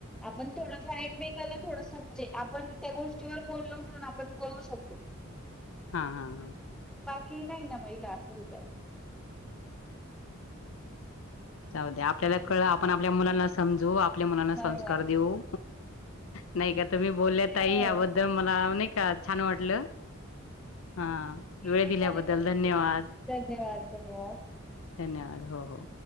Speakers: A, in the centre; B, on the left (about 70°).
A: आपण थोडस एकमेकाला थोडस म्हणजे आपण त्या गोष्टीवर बोललो म्हणून आपण कळू शकतो
B: हा हा हा
A: की नाही ना महिला असंही करल
B: जाऊ द्या आपल्याला कळलं आपण आपल्या मुलांना समजो आप आपल्या मनाला संस्कार
A: बरोबर
B: देऊ, नाही का तुम्ही
A: हो,
B: बोलल्या ताई याबद्दल मला नाही. का छान वाटलं. हा
A: ठीक
B: वेळ
A: आहे
B: दिल्याबद्दल
A: चालेल,
B: धन्यवाद
A: धन्यवाद धन्यवाद
B: धन्यवाद हो हो